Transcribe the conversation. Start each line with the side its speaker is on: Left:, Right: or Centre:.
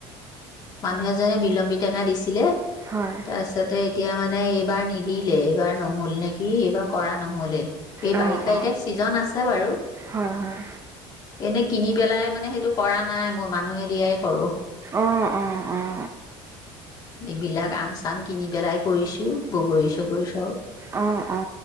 Left: মানুহ এজনে বিলম্বী টেঙা দিছিলে।
Right: হয়
Left: তাৰপিছতে এতিয়া মানে এইবাৰ নিদিলে এইবাৰ নহল নেকি এইবাৰ কৰা নহলে এই
Right: অঁ
Left: বাৰিষা
Right: অঁ
Left: এতিয়া চিজন আছে বাৰু
Right: হয় হয়
Left: এনে কিনি পেলাই মানে সেইটো কৰা নাই মই মানুহে দিয়াই কৰো।
Right: অঁ অঁ অঁ
Left: এইবিলাক আম চাম কিনি পেলাই কৰিছো, বগৰী চগৰী চব।
Right: অ অ